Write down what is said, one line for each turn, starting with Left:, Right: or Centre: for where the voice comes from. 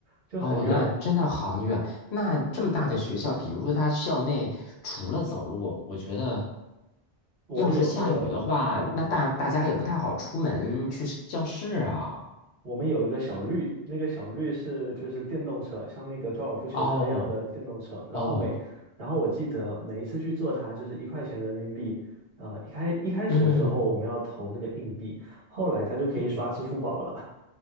Right: 就很远。
Left: 哦，那真的很远。那这么大的学校，比如说它校内除了走路，我觉得
Right: 我们有个嗯，
Left: 要是下雨的话，那大大家也不太好出门去是教室啊。
Right: 我们有一个小绿，那个小绿是就是电动车，像那个高尔夫球车一样的电动车。
Left: 哦
Right: 然后每，
Left: 哦，
Right: 然后我记得每一次去坐它就是一块钱人民币。啊、一开一开始的时候我们要投那个硬币，
Left: 嗯
Right: 后来它就可以刷支付宝了。
Left: 嗯，